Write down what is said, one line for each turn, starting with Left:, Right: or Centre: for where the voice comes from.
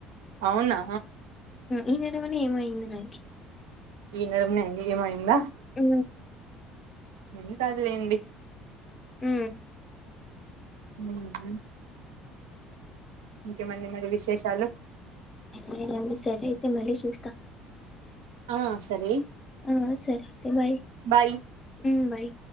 Right: అవునా
Left: ఈ నడమలె ఏమొ అయింది నాకి
Right: ఈ నడమనె ఏమొ అయింద
Left: అ
Right: ఏం కాదులేండి
Left: ఉ
Right: ఓహొ ఇంకేమండి మరి విశేషాలు
Left: నేన అండి సరే అయితే మళ్ళీ చూస్తా
Right: ఆ సరే
Left: ఆ సరే అయితే బాయ్
Right: బాయ్
Left: ఉమ్ బయ్